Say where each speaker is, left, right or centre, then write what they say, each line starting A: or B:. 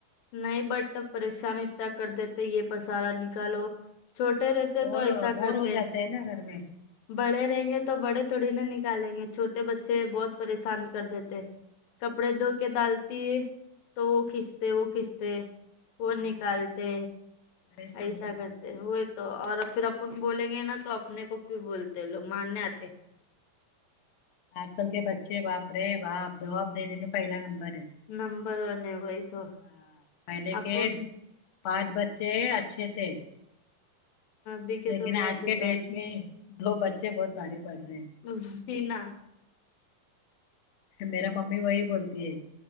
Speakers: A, on the left; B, on the left.
A: نہیں بٹ پریشان اتنا کر دیتے یہ پسارا نکالو چھوٹے
B: ہاں
A: رہتے
B: بور
A: تو ایسا
B: بور
A: کرتے
B: ہو جاتے ہیں نا گھر میں
A: بڑے رہیں گے تو بڑے تھوڑی نہ نکالیں گے چھوٹے بچے بہت پریشان کر دیتے کپڑے دھو کے ڈالتی ہے تو وہ کھنچتے کتوہ کھنچتے
B: ہاں
A: وہ نکالتے
B: پریشان
A: ایسا کرتے
B: ہیں
A: ہوئی تو اور پھر اپن بولیں گے نا تو اپنے کوکیو بولتے لوگ مارنے آتے
B: آج کل کے بچے باپ رے باپ جواب دینے میں پہلا نمبر ہے
A: نمبر ون ہے وہی تو
B: ہاں پہلے
A: آپن
B: کے پانچ بچے اچھے تھے
A: بکے
B: لیکن
A: تو بہت
B: آج
A: بےکار
B: کے ڈیٹ میں دو بچے بہت بھاری پڑھ رہے ہیں
A: و ہی نہ
B: میرا ممی وہی بولتی ہے